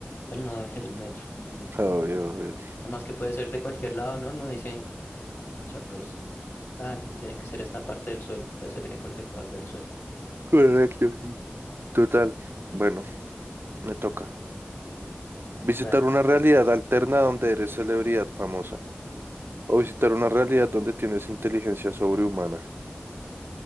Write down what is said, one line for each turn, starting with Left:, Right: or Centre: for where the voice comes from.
Left: El no es el metro, el metro
Right: <laughs> Obvio,
Left: de Nueva York.
Right: obvio.
Left: Además que puede ser de cualquier lado, ¿no? No dicen, o sea, pues, ah, tiene que ser esta parte del suelo, puede ser en cualquier parte del suelo.
Right: Correcto, sí. Total. Bueno, me toca. Visitar
Left: Dale,
Right: una realidad alterna donde eres celebridad famosa. O visitar una realidad donde tienes inteligencia sobrehumana.